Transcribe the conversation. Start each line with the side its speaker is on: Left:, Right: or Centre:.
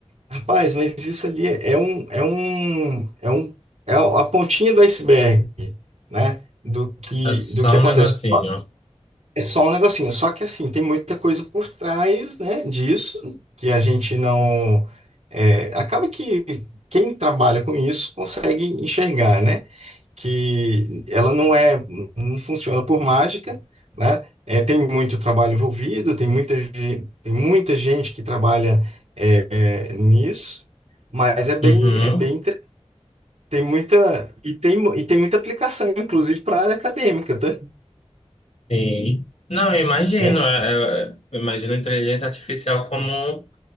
Right: Rapaz, mas isso ali é um, é um, é um, é a pontinha do iceberg, né? Do que,
Left: É só
Right: do que acontece.
Left: um negocinho.
Right: É só um negocinho. Só que assim, tem muita coisa por trás, né, disso, que a gente não. é, acaba que quem trabalha com isso consegue enxergar, né? que ela não é, não funciona por mágica, né? É, tem muito trabalho envolvido, tem muita, ge- tem muita gente que trabalha é, é, nisso, mas é bem,
Left: Uhum.
Right: é bem, inter- tem muita, e tem, mu- e tem muita aplicação, inclusive, para a área acadêmica, tá?
Left: Sim. Não, eu imagino.
Right: É,
Left: é, é, Eu imagino a inteligência artificial como um